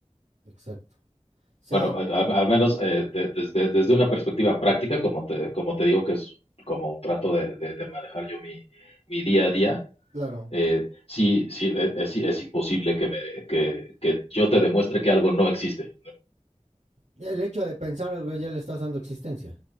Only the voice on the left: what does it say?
Bueno, al, al- al menos eh, de- desde, desde una perspectiva práctica, como te, como te digo, que es como trato de, de- de manejar yo mi, mi día a día,
Eh, sí, sí, e- es, es imposible que, me- que, que yo te demuestre que algo no existe.